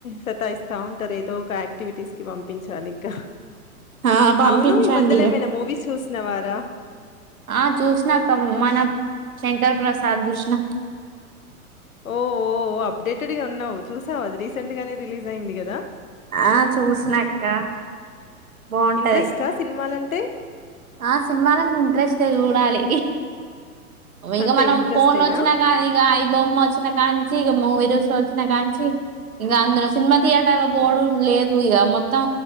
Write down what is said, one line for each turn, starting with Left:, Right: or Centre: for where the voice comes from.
Left: సతాయిస్ తా ఉంటారు ఏదో ఒక ఆక్టివిటీస్ కి పం ప్పించాలి ఇంకా
Right: ఆ పంపించండి
Left: అవును ఈ మద్యల
Right: ఇగ
Left: ఎమైనా మూవీస్ చూసినవారా?
Right: ఆ జోస్నా క్క వ మన శంకర్ ప్రసాద్ జుష్నా
Left: ఓఓ అప్డేటెడ్గా ఉన్నావు చూస్ రీసెంట్ గానే రీలీజ్ అయింది గాదా
Right: ఆ చూసినక్క బాగుంటది
Left: ఇంట్రెస్టా సినిమాల్ టె
Right: ఆ సినిమలనీ ఇంట్రెస్ట్ చూడాలి ఇగ
Left: అంతే
Right: మనం
Left: ఇంట్రెస్టేనా?
Right: ఫోన్ వచ్చినా కా ఇగ ఐ బొమ్మ వచ్చినా కాంచి ఇగ మూవీ రోల్స్ వచ్చినా కాంచి ఇగ అందులో సినిమా థియేటర్ లో పోడు లేదు ఇక మొత్తం